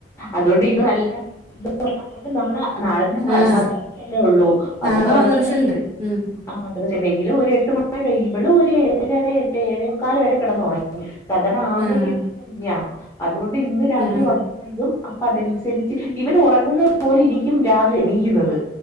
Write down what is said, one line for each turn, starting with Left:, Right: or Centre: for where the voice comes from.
Left: അതുകൊണ്ട് ഇത് നല്ല <unintelligible> നാളെ നാളെ <unintelligible>
Right: ആഹ്
Left: മ <unintelligible> <unintelligible> ഒള്ളൂ
Right: നാളെ മദ്രസണ്ട്
Left: <unintelligible>
Right: ഉം
Left: ആ മദ്രസ <unintelligible> ല്ലെങ്കും ഒരു എട്ട് മണിരെ ഇവളും ഒരു ഏഴര എട്ട് ഏഴേമുക്കാൽ വരെ കിടന്നുറ സാധാരണ ആ <unintelligible>
Right: ആഹ്
Left: ഞ്ഞ അതുകൊണ്ട് ഇന്ന് രാത്രി
Right: ആഹ്
Left: ഉറങ്ങാ വൈകും അപ്പൊ അതനുസരിച്ച് ഇവര് ഉറങ്ങുന്നത് പോലെ ഇരിക്കും രാവിലെ എണീക്കുന്നത്